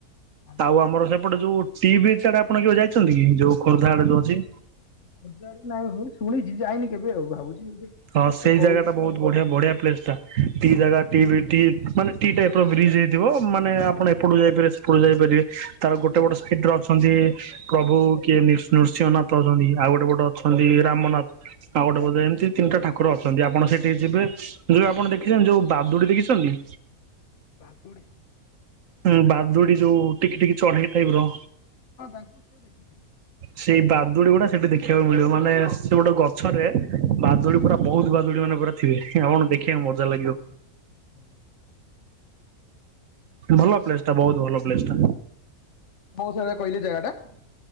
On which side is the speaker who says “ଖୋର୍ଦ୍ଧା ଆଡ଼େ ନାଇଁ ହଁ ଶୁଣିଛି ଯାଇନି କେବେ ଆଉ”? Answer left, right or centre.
Left